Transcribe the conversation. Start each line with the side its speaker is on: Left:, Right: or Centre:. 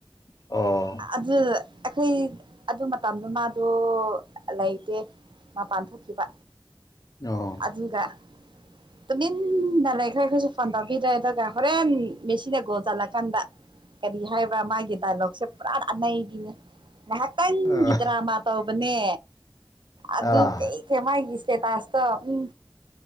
Left: ꯑꯣ
Right: ꯑꯗꯨ ꯑꯩꯈꯣꯏ ꯑꯗꯨ ꯃꯇꯝꯗꯣ ꯃꯥꯗꯣ ꯂꯩꯇꯦ ꯃꯄꯥꯟ ꯊꯣꯛꯈꯤꯕ
Left: ꯑꯣ
Right: ꯑꯗꯨꯒ ꯇꯨꯃꯤꯟꯅ ꯂꯩꯈ꯭ꯔꯦ ꯑꯩꯈꯣꯏꯁꯨ ꯐꯣꯟ ꯇꯧꯕꯤꯗ꯭ꯔꯦ ꯑꯗꯨꯒ ꯍꯣꯔꯦꯟ ꯃꯦꯁꯤꯅ ꯒꫭꯜ ꯆꯜꯂꯀꯥꯟꯗ ꯀꯔꯤ ꯍꯥꯏꯕ꯭ꯔ ꯃꯥꯒꯤ ꯗꯥꯏꯂꯣꯛꯁꯦ ꯄꯨꯔꯥ ꯇꯥꯟꯅꯩꯔꯤꯅꯦ ꯉꯥꯏꯍꯥꯛꯇꯪꯒꯤ
Left: ꯑꯥ
Right: ꯗ꯭ꯔꯥꯃꯥ ꯇꯧꯕꯅꯦ ꯑꯗꯨ
Left: ꯑꯥ
Right: ꯀꯩ ꯃꯥꯒꯤ ꯁ꯭ꯇꯦꯇꯥꯁꯇꯣ ꯎꯝ